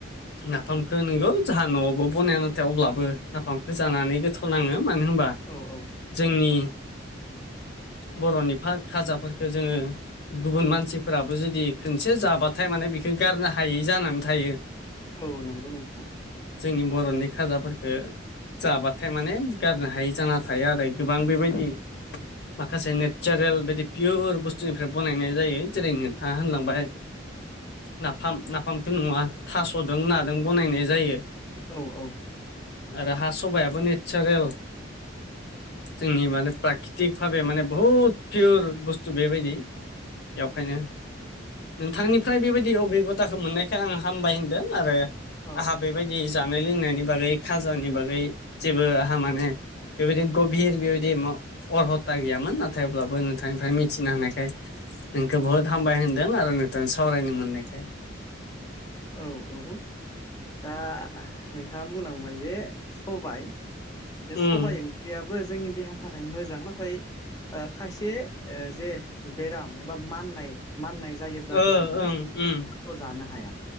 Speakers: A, on the left; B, on the left.
A: नफाम खौ नोंगौ जाहा न'आवबो बनाय नाथाय अब्लाबो नाफामखौ जानानै गोथाव नाङो मानो होनबा
B: औ औ।
A: जोंनि बर'नि खाजाफोरखौ जोङो गुबुन मानसिफोराबो जुदि खनसे जाबाथाय माने बेखौ गारनो हायै जानानै थायो।
B: औ नंगौ नोंथां।
A: जोंनि बर'नि खाजाफोरफोरखौ जाबाथाय माने गारनो हायि जाना थायो आरो गोबां बेबायदि माखासे नेचारेल बिदि पियर बुस्थुनिफ्राय बनायनाय जायो जेरैनो था होनलांबाय
B: औ
A: नाफाम नाफामख नङा थास'दोंना। दों बनायनाय जायो
B: औ औ
A: आरो हा सबायाबो नेसारेल जोंनि माने प्राकृतिक भाबे माने बुहुद पियर बुस्थु बेबायदि। बेखायनो नोंथांनिफ्राय बेबायदि अबिगथाखौ मोननायखाय आं हामबाय होनदों आरो
B: औ
A: आंहा बेबायदि जानाय लोंनायनि बागै खाजानि बागै जेबो आंहा माने बेबायदि गभिर बेबायदि अरहता गैयामोन नाथाय अब्लाबो नोंथांनिफ्राय मिथिनो हानायखाय नोंखौ बुहुत हामबाय होनदों आरो नोंथां सावरायनो मोननायखाय।
B: औ औ दा नोंथाङा बुंनांबाय जे सबाय बे
A: उम
B: सबबाय ओंख्रियाबो जोंनि देहानि थाखाय मोजां नाथाय खायसे जे बेराम एबा माननाय माननाय जायोब्ला
A: ओ
B: जों माने
A: ओं उम
B: खस्थ' जानो हाया